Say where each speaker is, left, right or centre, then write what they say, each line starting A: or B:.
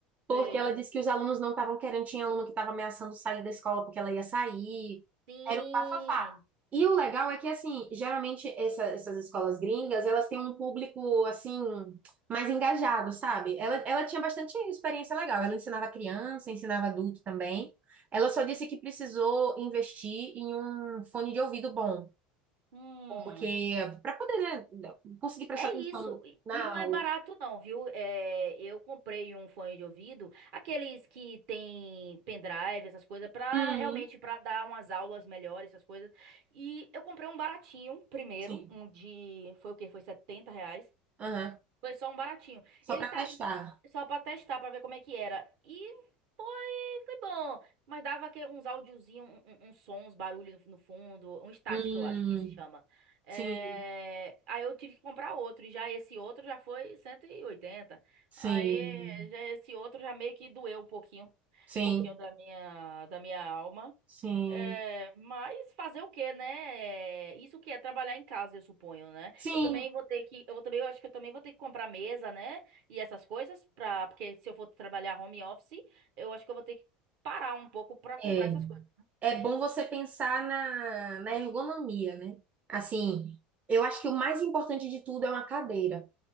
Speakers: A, on the right; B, on the right.
A: Sei.
B: Porque ela disse que os alunos não estavam querendo, tinha aluno que estava ameaçando sair da escola porque ela ia sair.
A: Sim.
B: Era um bafafá. E o legal é que, assim, geralmente essa- essas escolas gringas, elas têm um público, assim, mais engajado, sabe? Ela, ela tinha bastante experiência legal. Ela ensinava criança, ensinava adulto também. Ela só disse que precisou investir em um fone de ouvido bom,
A: Hum.
B: porque para poder, né, conseguir prestar
A: É
B: atenção
A: isso, e
B: na
A: e não
B: aula.
A: é barato não, viu? É, eu comprei um fone de ouvido, aqueles que tem pendrive, essas coisas, pra
B: Uhum.
A: realmente para dar umas aulas melhores, essas coisas. E eu comprei um baratinho primeiro,
B: Sim.
A: um de, foi o quê? Foi 70 reais.
B: Aham.
A: Foi só um baratinho.
B: Só
A: Ele
B: para
A: tá
B: testar.
A: só pra testar, pra ver como é que era. E foi, foi bom. Mas dava que uns áudiozinhos, um, um, uns sons, uns barulhos no fundo, um estático,
B: Hum,
A: eu acho que se chama. É,
B: sim,
A: Aí eu tive que comprar outro, e já esse outro já foi cento e oitenta
B: sim,
A: Aí já esse outro já meio que doeu um pouquinho, um
B: sim,
A: pouquinho da minha, da minha alma.
B: sim,
A: É, mas fazer o quê, né? É, Isso que é trabalhar em casa, eu suponho, né?
B: sim,
A: Eu também vou ter que, eu também, eu acho que eu também vou ter que comprar mesa, né? E essas coisas para porque se eu for trabalhar home office, eu acho que eu vou ter que parar um pouco para comprar
B: é.
A: essas coisas.
B: É bom você pensar na, na ergonomia, né? Assim, eu acho que o mais importante de tudo é uma cadeira.